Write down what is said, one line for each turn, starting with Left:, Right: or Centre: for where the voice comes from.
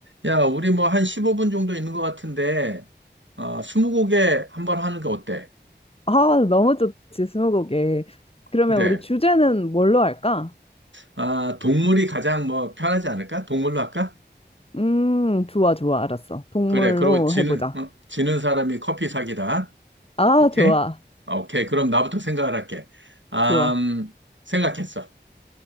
Right: 야, 우리 뭐 한 15분 정도 있는 것 같은데, 어, 스무고개 한번 하는 거 어때?
Left: 아, 너무 좋지, 스무고개. 그러면
Right: 그래.
Left: 우리 주제는 뭘로 할까?
Right: 아, 동물이 가장 뭐 편하지 않을까? 동물로 할까?
Left: 음, 좋아, 좋아, 알았어. 동물로
Right: 그래. 그리고 지는,
Left: 해보자.
Right: 어? 지는 사람이 커피 사기다.
Left: 아,
Right: 오케이?
Left: 좋아,
Right: 아, 오케이. 그럼 나부터 생각을 할게. 아,
Left: 좋아,
Right: 음, 생각했어.